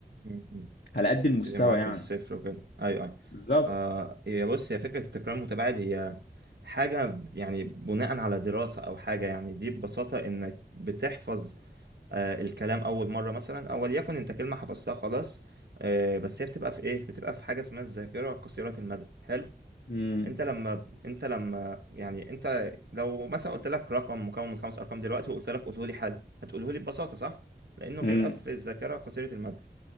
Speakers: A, on the right; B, on the left.
A: امم، امم.
B: على قد المستوى
A: يبتدي معاك
B: يعني
A: من الصفر وكده ايوه ايوه
B: بالظبط
A: آه هي بص هي فكره التكرار المتباعد هي حاجه يعني بناء على دراسه او حاجه يعني دي ببساطه انك بتحفظ آه الكلام اول مره مثلا او وليكن انت كلمه حفظتها خلاص آه بس هي بتبقى في ايه بتبقى في حاجه اسمها الذاكره قصيره المدى حلو
B: امم
A: انت لما انت لما يعني انت لو مثلا قلت لك رقم مكون من خمس ارقام دلوقتي وقلت لك قوله لي حل هتقوله لي ببساطه صح لانه
B: امم
A: بيبقى في الذاكره قصيره المدى